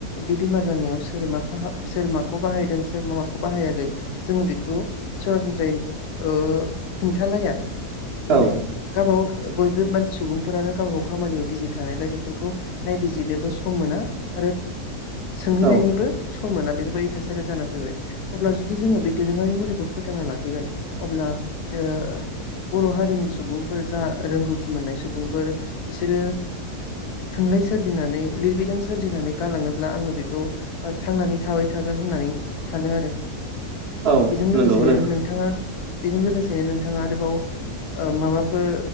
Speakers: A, on the left; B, on the right.
A: बे बेमार जानायाव सोर मा फाहा सोर माखौ बाहायदों सोर मा माखौ बाहायाखै जों बेखौ सरासनस्रायै ओ खिन्थालाया माने
B: औ
A: गाबागाव बयबो मानसि सुबुंफोरानो गाव गाव खामानियाव बिजि थानायलाय बेफोरखौ नायबिजिरनोबो सम मोना आरो सोंहैनायनिबो
B: औ
A: सम मोना बेफोरबायदि थासारिया जानानै फैबाय अब्ला जुदि जोङो बे दोरोङारि मुलिखौ फोथांना लाखिगोन अब्ला ओ बर हारिनि सुबुंफोर जा रोंगौथि मोननाय सुबुंफोर बिसोरो थुनलाइ सोरजिनानै लिरबिदां सोरजिनानै गालाङोब्ला आङो बेखौ थांनानै थाबाय थागोन होननानै सानो आरो
B: औ
A: बेजों लोगोसेनो
B: नंगौ नों
A: नोंथाङा बेजों लोगोसे ए नोंथाङा आरोबाव ओ माबाफोर